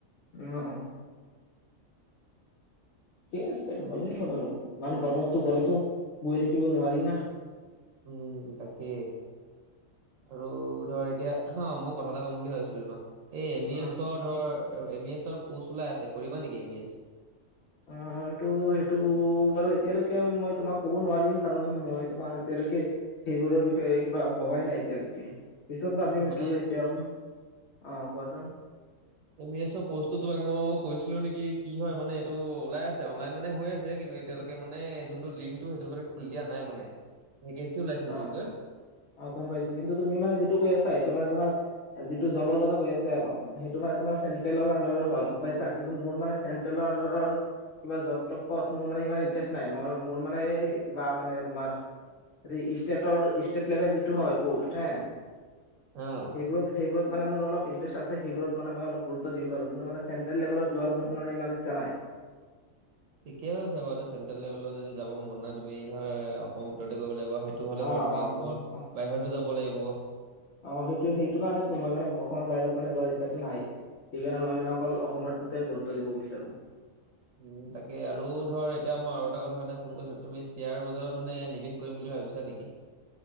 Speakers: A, on the left; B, on the right.
A: উম অ। ঠিকেই আছে গ'লেই হ'ল আৰু ইমান গৰমতটো
B: উম
A: ঘৰতো বঢ়ি থাকিব নোৱাৰি না।
B: উম তাকে। আৰু ধৰ এতিয়া অ' মই কথা এটা ক'ম বুলি ভাবিছিলো তোমাক এই, এম, ই,
A: অ
B: এছৰ ধৰ এম ই এছৰ পোষ্ট ওলাই আছে কৰিবা নেকি এম ই এছ
A: অ' সেটো সেইটো বাৰু এতিয়ালৈকে মই তোমাক ক'ব নোৱাৰিম কাৰণ মই তোমাৰ এতিয়ালৈকে সেইবোৰৰ বিষয়ে কিবা ভবাই নাই এতিয়ালৈকে পিছত ভাবিম সেইটো
B: মানে
A: এতিয়া অ' কোৱাচোন
B: এম ই এছৰ পষ্টটো তোমাক মই কৈছিলোঁ নেকি কি হয় মানে, এইটো ওলাই আছে! অনলাইন মানে হৈ আছে কিন্তু এতিয়ালৈকে মানে যোনটো লিংকটো সেইটোলৈকে খুলি দিয়া নাই মানে ভেকেঞ্চি ওলাইছে নতুনকৈ
A: অ অ অ', গম পাইছোঁ, কিন্তু তুমি মানে যিটো কৈ আছা এইটো মানে তোমাৰো এ যিটো জবৰ কথা কৈ আছা <inaudible> সেইটো মে তোমাৰ চন্ট্ৰেলৰ আণ্ডাৰৰ হয়, গম পাইছা কিন্তু মোৰ মানে চেন্ট্ৰেলৰ আণ্ডাৰৰ কিবা জব তপত মোৰ মানে ইমান ইণ্টাৰেষ্ট নাই, মই মোৰ মানে কিবা মানে তোমাৰ ষ্টেটৰ ষ্টেট লেভেল যিটো হয় পষ্ট হে
B: অ',
A: সেইবোৰত, সেইবোৰত মানে মোৰ অলপ ইণ্টাৰেষ্ট আছে! সেইবোৰত মানে মই অলপ গুৰুত্ব দিম বাৰু কিন্তু মানে চেন্ট্ৰেল লেভেলত যোৱাৰ মো মানে ইমান ইচ্ছা নাই
B: ঠিকেই ভাবিছা, বাৰু ত চেন্ট্ৰেল লেভেলত যদি যাব মন নাই, তুমি ধৰা অসমৰ ভিতৰতে কৰিব লাগিব হেইত টো, হ'লে
A: অ
B: ধৰা তুমি
A: অ অসম
B: অসমৰ
A: অ
B: বাহিৰতো যাব লাগিব!
A: অ', সেইটো, সেইটো কাৰণেতো মই মানে অসমৰ বাহিৰত মানে যোৱাৰ ইচ্ছাটো নাই। সেইকাৰণে মই মানে অকল অসমৰটোতে গুৰুত্ব দিব বিচাৰোঁ!
B: উম, তাকে আৰু ধৰ এতিয়া মই আৰু এটা কথা কাৰণে ফোন কৰিছিলোঁ তুমি শ্বেয়াৰ বজাৰত মানে নিৱেশ কৰিম বুলি ভাবিছা নেকি?